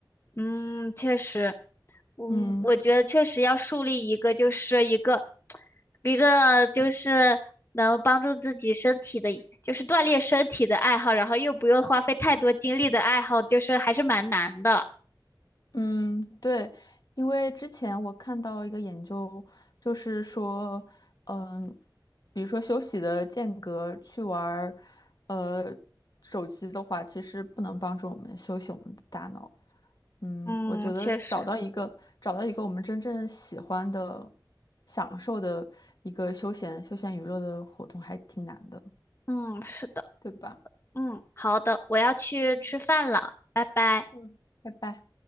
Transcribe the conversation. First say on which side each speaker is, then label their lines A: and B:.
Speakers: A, on the left (about 30°); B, on the left (about 55°).
A: 嗯，确实。嗯，
B: 嗯。
A: 我觉得确实要树立一个，就是一个，一个就是能帮助自己身体的，就是锻炼身体的爱好，然后又不用花费太多精力的爱好，就是还是蛮难的。
B: 嗯，对，因为之前我看到一个研究，就是说，嗯，比如说休息的间隔去玩儿，呃，手机的话，其实不能帮助我们休息我们的大脑。嗯，
A: 嗯，
B: 我觉得找到一个找到一个我们真正喜欢的、
A: 确实，
B: 享受的一个休闲休闲娱乐的活动还挺难的，
A: 嗯，是的，
B: 对吧？
A: 嗯，好的，我要去吃饭了，拜拜。
B: 嗯，拜拜。